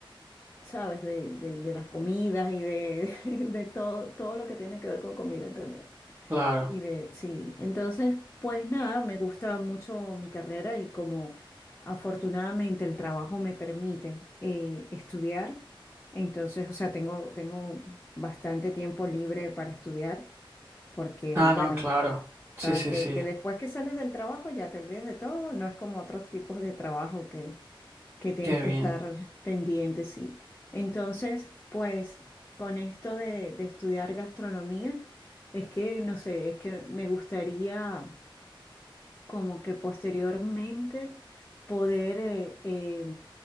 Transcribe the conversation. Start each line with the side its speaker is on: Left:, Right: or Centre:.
Left: ¿sabes? De, de- de las comidas y de, <laughs> de todo, todo lo que tiene que ver con comida en realidad.
Right: claro.
Left: Y de, sí, entonces, pues nada, me gusta mucho mi carrera y como afortunadamente el trabajo me permite eh, estudiar, entonces, o sea, tengo, tengo bastante tiempo libre para estudiar, porque
Right: Ah,
Left: bueno,
Right: no, claro.
Left: sabes
Right: Sí, sí,
Left: que,
Right: sí.
Left: que después que sales del trabajo ya te olvidas de todo, no es como otros tipos de trabajo que, que tienes
Right: Qué
Left: que
Right: bien.
Left: estar pendiente, sí. Entonces, pues con esto de, de estudiar gastronomía, es que, no sé, es que me gustaría como que posteriormente poder eh, eh,